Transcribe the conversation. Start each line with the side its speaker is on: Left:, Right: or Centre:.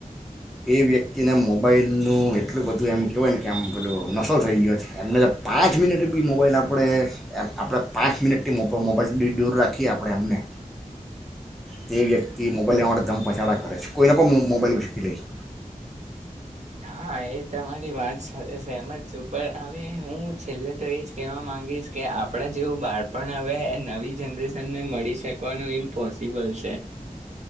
Centre: એ વ્યક તિ ના મોબાઈલનું એટલું બધું એમ કહેવાય ને કે આમ પેલું નશો થઈ ગયો છે. એમને તો પાંચ મિનિટ બી મોબાઈલ આપણે, આપણા પાંચ મિનિટથી મોકો મોબાઈલથી દૂર રાખીએ આપણે એમને, તે વ્યક્તિ મોબાઈલ લેવા ધમપછાડા કરે છે. કોઈના પણ મો મોબાઈલ ઉચંકી લે છે.
Right: હા, એ તમારી વાત સાથે સહમત છું પણ હવે હું છેલ્લે તો એજ કહેવા માંગીશ કે આપણા જેવું બાળપણ હવે નવી જનરેશન ને મળી શકવાનું ઇમ્પોસિબલ છે.